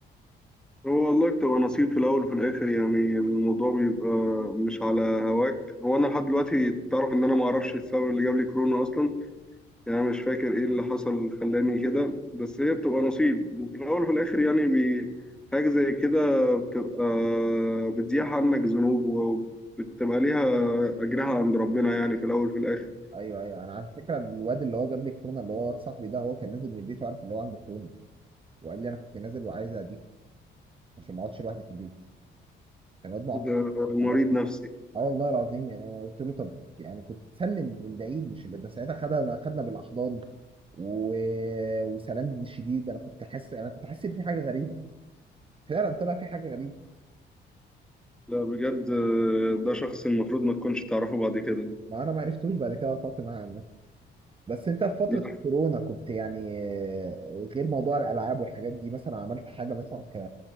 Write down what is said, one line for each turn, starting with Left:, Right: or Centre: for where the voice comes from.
Centre: هو والله بتبقى نصيب في الأول وفي الآخر يعني الموضوع بيبقى مش على هواك هو أنا لحد دلوقتي تعرف إن أنا معرفش السبب اللي جاب لي كورونا أصلا يعني أنا مش فاكر إيه اللي حصل خلاني كده بس هي بتبقى نصيب وفي الأول وفي الآخر يعني بي... حاجة زي كده بتبقى بتزيح عنك ذنوب وبتبقى ليها أجرها عند ربنا يعني في الأول وفي الآخر
Right: ايوه ايوه انا على فكره الواد اللي هو جاب لي الكورونا اللي هو واد صاحبي ده هو كان نازل من البيت وعارف ان هو عنده كورونا وقال لي انا كنت نازل وعايز اديك عشان ما اقعدش لوحدي في البيت كان واد معقد
Centre: ده
Right: انت عملت
Centre: مريض نفسي
Right: إيه؟ اه والله العظيم يعني انا قلت له طب يعني كنت تسلم من بعيد مش اللي ده ساعتها خدنا خدنا بالاحضان و... وسلام شديد انا كنت حاسس انا كنت حاسس ان في حاجه غريبه فعلا طلع في حاجه غريبه
Centre: لا بجد ده شخص المفروض ما تكونش تعرفه بعد كده
Right: ما انا ما عرفتوش بعد كده قطعت معاه عنه بس انت في فترة
Centre: دي
Right: كورونا كنت يعني آه، غير موضوع الالعاب والحاجات دي مثلا عملت حاجة مثلا